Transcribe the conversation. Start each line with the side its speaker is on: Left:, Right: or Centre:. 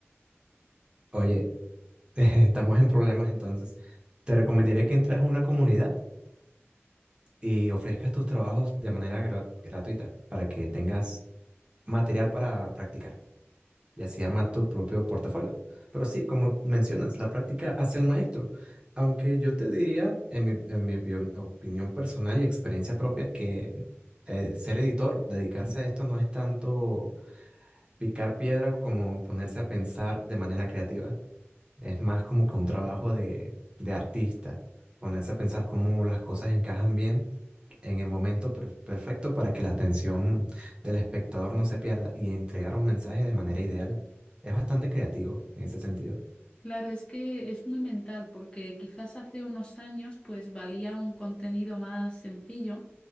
Right: Oye, <laughs> estamos en problemas entonces. Te recomendaría que entres a una comunidad y ofrezcas tus trabajos de manera gra- gratuita para que tengas material para practicar. y así arma tu propio portafolio. Pero sí, como mencionas, la práctica hace al maestro. Aunque yo te diría, en mi, en mi opin- opinión personal y experiencia propia, que eh, ser editor, dedicarse a esto no es tanto picar piedra como ponerse a pensar de manera creativa. Es más como que un trabajo de, de artista, ponerse a pensar cómo las cosas encajan bien en el momento per- perfecto para que la atención del espectador no se pierda y entregar un mensaje de manera ideal. Es bastante creativo en ese sentido.
Left: Claro, es que es muy mental, porque quizás hace unos años pues valía un contenido más sencillo.